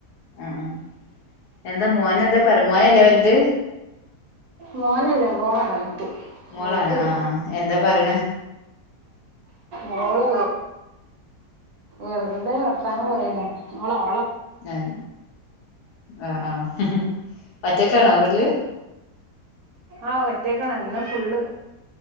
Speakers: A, on the left; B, on the right.
A: ആഹ് ആഹ എന്താ മോന് എന്താ പറ മോനല്ലേ വല്ത്
B: മോനല്ല മോളാണ് മൂത്ത്.
A: മോളാണ്
B: എനിക്ക്
A: ആഹ് ആഹ് എന്താ പറയണേ
B: മോള് ഉറക്കുമ്പോ വർത്താനം പറയാണെ, അല്ല
A: ആഹ ആഹ ആഹ മറ്റക്ക ആണോ വീട്ടില്
B: ആഹ് ഒറ്റക്കാണ് ഇന്ന് ഫുള്ള്